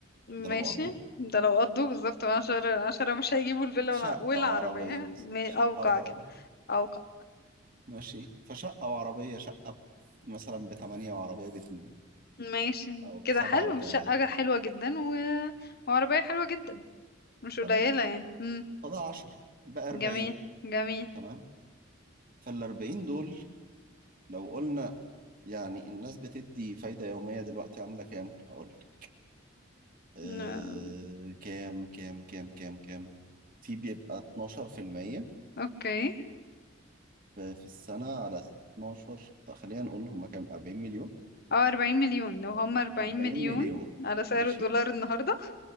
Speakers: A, on the right; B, on the left.
A: ده
B: ماشي
A: لو قضوا
B: ده لو قضوا بالظبط عشرة عشرة مش هيجيبوا الفيلا
A: شقة
B: والع- والعربية
A: وعربية بس
B: م- أوقع
A: شقة وعربية
B: كده أوقع
A: ماشي فشقة وعربية شقة ب- مثلا بتمانية وعربية باتنين
B: ماشي
A: أو بسبعة
B: كده حلو
A: وتلاتة
B: شقة حلوة جدا و... وعربية حلوة جدا مش قليلة
A: تمام
B: يعني مم.
A: فده عشر بقى أربعين
B: جميل جميل
A: تمام فالأربعين دول لو قلنا يعني الناس بتدي فايدة يومية دلوقتي عاملة كام؟ هقول لك. آه
B: ن-
A: كام كام كام كام كام في بيبقى 12% في المية
B: أوكي
A: في في السنة على 12 طب خلينا نقول هم كام 40 مليون
B: أو أربعين مليون لو
A: أر-
B: هم أربعين
A: 40
B: مليون
A: مليون
B: على سعر
A: ماشي
B: الدولار النهاردة